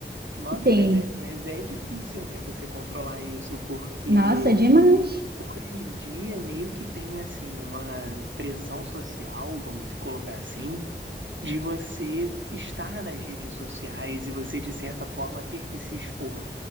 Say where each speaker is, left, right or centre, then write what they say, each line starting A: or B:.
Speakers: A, on the right (about 85°); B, on the right (about 55°).
A: Nossa,
B: Sim.
A: mas é, mas é difícil, né, você controlar isso, porque
B: Nossa, demais.
A: em dia meio que tem assim uma pressão social, vamos colocar assim, de você estar nas redes sociais e você de certa forma ter que se expor.